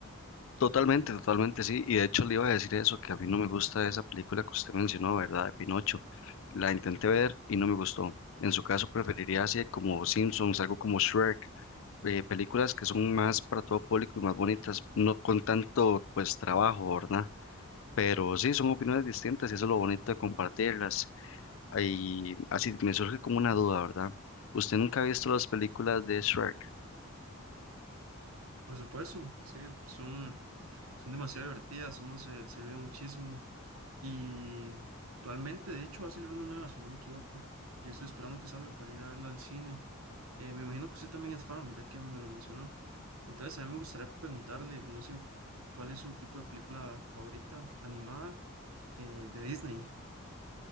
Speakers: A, on the left (about 65°); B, on the right (about 75°).
A: Totalmente, totalmente, sí. Y de hecho le iba a decir eso, que a mí no me gusta esa película que usted mencionó, ¿verdad? De Pinocho. La intenté ver y no me gustó. En su caso preferiría así como Simpsons, algo como Shrek, eh, películas que son más para todo público y más bonitas, no con tanto pues trabajo, ¿verdad? Pero sí, son opiniones distintas y eso es lo bonito de compartirlas. Y así me surge como una duda, ¿verdad? ¿Usted nunca ha visto las películas de Shrek?
B: Por supuesto, sí, son, son demasiado divertidas, uno se, se ríe muchísimo. Y actualmente, de hecho, va a salir una nueva, si no me equivoco. Yo estoy esperando que salga para ir a verla al cine. Eh, me imagino que usted también es fan, ya que me lo mencionó. Entonces, a mí me gustaría preguntarle, no sé, ¿cuál es su tipo de película favorita animada eh, de Disney?